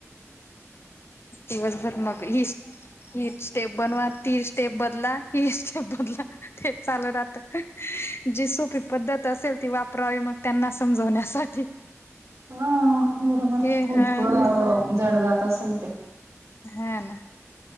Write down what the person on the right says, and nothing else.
ह बरोबर
खूप
जड जात असेल. ते